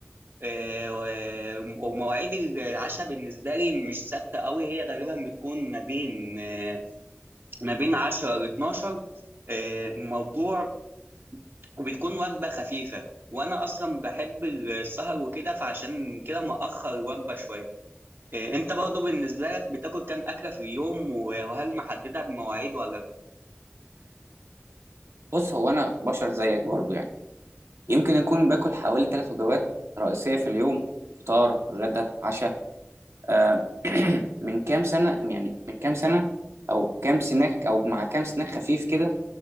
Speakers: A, on the right (about 55°); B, on the right (about 90°).
A: إيه و- ومواعيد العشاء بالنسبة لي مش ثابتة أوي هي غالبا بتكون ما بين إيه ما بين عشرة لاتناشر 12 الموضوع وبتكون وجبة خفيفة وأنا أصلا بحب السهر وكده فعشان كده مأخر الوجبة شوية إيه، أنت برضه بالنسبة لك بتاكل كام أكلة في اليوم وهل محددة بمواعيد ولا لأ؟
B: بص هو انا بشر زيك برضو يعني يمكن اكون باكل حوالي ثلاث وجبات رئيسيه في اليوم فطار غدا عشاء آه، <clears throat> من كام سنه يعني من كام سنه او كام سناك او مع كام سناك خفيف كده